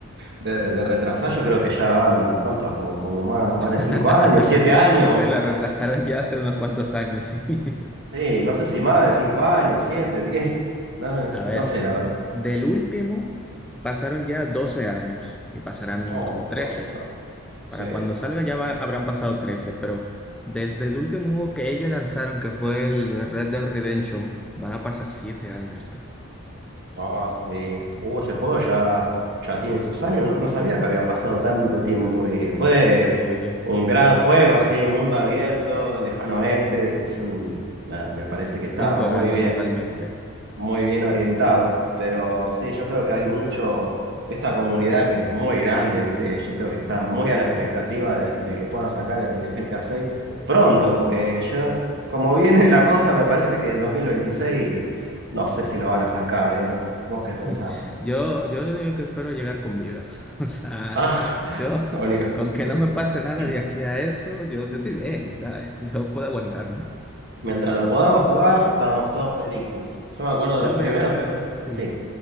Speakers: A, on the right; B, in the centre.
A: De, de retrasar yo creo que ya van, ¿cuánto? va? Como, como más, más
B: <laughs>
A: de 5 años, 7 años.
B: Se la retrasaron ya hace unos cuantos años, sí. <laughs>
A: Sí, no sé si más de 5 años, 7, diez, No,
B: A ver,
A: no sé, la verdad.
B: del último pasaron ya 12 años y pasarán
A: Oh,
B: como trece
A: doce,
B: Para
A: Sí.
B: cuando salga ya va- habrán pasado 13, pero desde el último juego que ellos lanzaron, que fue el Red Dead Redemption, van a pasar siete años, tú.
A: Ah, sí. Uh, ese juego ya, ya tiene sus años. No, no sabía que había pasado tanto tiempo. Y fue
B: Sí,
A: un gran juego, así, mundo abierto, lejano oeste. Es, es un, nada, me parece que está
B: un juegazo
A: muy bien
B: totalmente.
A: muy bien orientado. Pero sí, yo creo que hay mucho, esta comunidad que es muy grande, ¿viste? Yo creo que está muy a la expectativa de, de que puedan sacar el GTA 6 pronto, porque yo, como viene la cosa, me parece que en 2026 no sé si lo van a sacar, ¿eh? ¿Vos qué
B: <laughs>
A: pensás?
B: Yo, yo lo único que espero es llegar con vida. <laughs> O sea,
A: Ah,
B: yo,
A: <laughs> lo único,
B: con
A: sí.
B: que no me pase nada
A: <clears throat>
B: de aquí a eso, yo, yo estoy bien, ¿sabes? <laughs> Yo puedo aguantarme.
A: Mientras lo podamos jugar, estábamos todos felices. Yo me acuerdo de
B: No,
A: los primeros
B: mira,
A: que...
B: sí,
A: Sí.